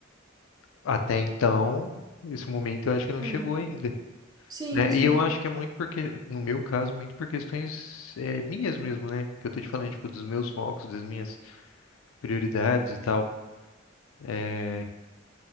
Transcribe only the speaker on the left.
até então, esse momento eu acho que não
chegou ainda.
Né?
E eu acho que é muito porque, no meu caso, muito por questões é, minhas mesmo, né? Que eu tô te falando, tipo, dos meus focos, das minhas prioridades e tal. É,